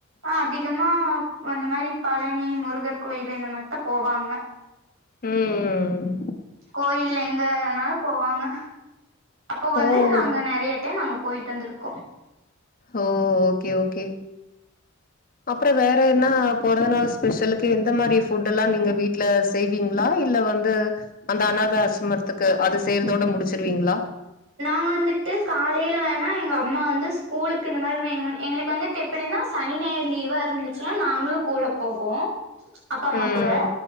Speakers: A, on the right; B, on the left.
A: அதிகமா அந்த மாரி பழனி முருகர் கோயிலு இந்த மாரித்தா போவாங்க
B: ம்
A: கோயில்ல எங்கனாலு போவாங்க அப்போ வந்து
B: ஓ
A: நாங்க நெறைய டைம் அங்க போயிட்டு வந்திருக்கோ
B: ஓ ஓகே ஓகே அப்ரோ வேற என்ன பொறந்த நாள் ஸ்பெஷலுக்கு எந்த மாரி ஃபுட்ல்லா நீங்க வீட்ல செய்வீங்களா இல்ல வந்து அந்த அனாத ஆசர்மத்துக்கு அது செய்றதோட முடிச்சிருவீங்களா
A: நாங்க வந்துட்டு காலைல வேணா எங்க அம்மா வந்து ஸ்கூலுக்கு இந்த மாரி வைங்க எங்களுக்கு வந்து எப்டின்னா சனி நாயிறு லீவாருந்துச்சுன்னா நாங்களு கூட போவோ அப்பா அம்மா
B: ம்
A: கூட